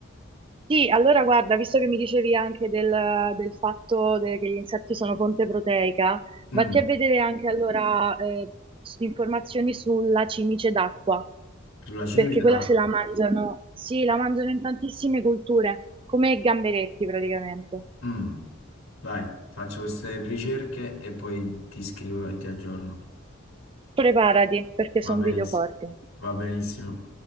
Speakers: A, on the right; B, on the left.
A: sì, allora guarda, visto che mi dicevi anche del, del fatto de- che gli insetti sono fonte proteica, vatti
B: Mm,
A: a vedere anche allora eh, s- informazioni sulla cimice d'acqua,
B: sulla cimice
A: perché quella
B: d'acqua.
A: se la mangiano, sì, la mangiano in tantissime culture, come i gamberetti praticamente.
B: Mm. Vai, faccio queste ricerche e poi ti scrivo e ti aggiorno.
A: Preparati, perché
B: Va
A: sono
B: benissimo.
A: video forti.
B: Va benissimo.